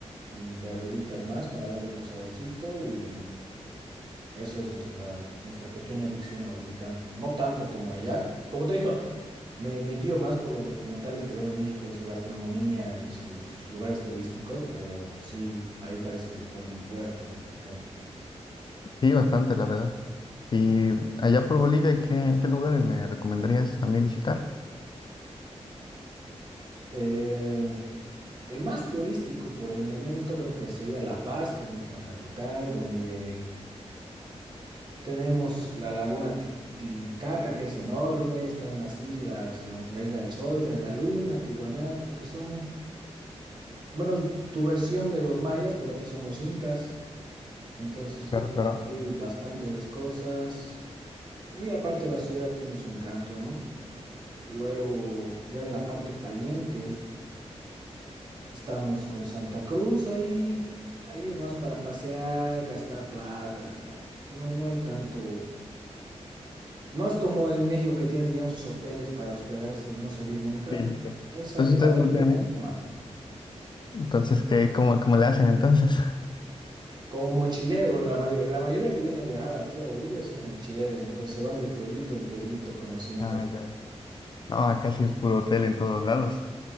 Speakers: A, on the right; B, on the left.
A: mm, verduritas más para darle otro saborcito y eso es nuestra, nuestra pequeña adicción a lo picante. No tanto como allá, como te digo. Me, me guío más por los documentales que veo de México, de su gastronomía y sus lugares turísticos, pero sí, ahí parece que le ponen fuerte a lo picante.
B: Sí, bastante, la verdad. Y allá por Bolivia, ¿qué, qué lugares me recomendarías a mí visitar?
A: El, el más turístico por el momento creo que sería La Paz, que es nuestra capital, donde tenemos la laguna Ti- Titicaca, que es enorme, están las islas, don- la Isla del Sol, Isla de la Luna, Tiwanaku, que son, bueno, tu versión de los mayas, pero aquí son los incas. Entonces,
B: Claro,
A: eh,
B: claro.
A: ba- hay bastante esas cosas. Y aparte la ciudad tiene su encanto, ¿no? Luego, ya en la parte caliente, estamos con Santa Cruz. Ahí, ahí es más para pasear, gastar plata, digamos. No, no hay tanto. No es como en México que tienen, digamos, sus hoteles para hospedarse y no salir nunca.
B: Sí,
A: No,
B: sí, sí.
A: Esa,
B: Entonces
A: esa
B: ustedes
A: versión
B: no tienen
A: aquí
B: ahí.
A: no hay.
B: Entonces, ¿qué, cómo, cómo le hacen entonces?
A: Como mochilero, la, may- la mayoría que viene a viajar aquí a Bolivia son mochileros, entonces se van de pueblito en pueblito conociendo.
B: <laughs> Ah, ya. No, acá sí es puro hotel en todos lados.